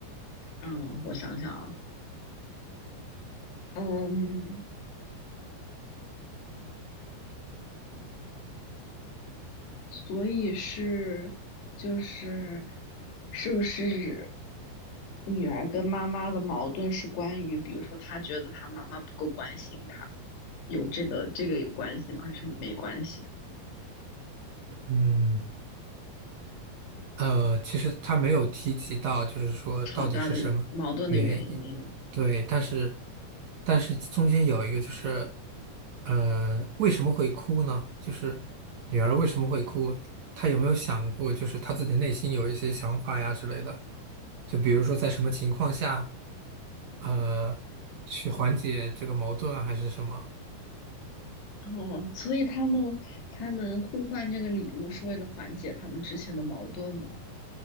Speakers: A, on the left; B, on the right.
A: 嗯，我想想啊，嗯，所以是就是是不是女儿跟妈妈的矛盾是关于，比如说她觉得她妈妈不够关心她，有这个这个有关系吗？还是没关系？
B: 嗯，呃，其实他没有提及到，就是说到底是什么原因，
A: 吵架的矛盾的原因
B: 对，但是但是中间有一个就是，呃，为什么会哭呢？就是女儿为什么会哭？她有没有想过，就是她自己内心有一些想法呀之类的？就比如说在什么情况下，呃，去缓解这个矛盾啊，还是什么？
A: 哦，所以他们他们互换这个礼物是为了缓解他们之前的矛盾吗？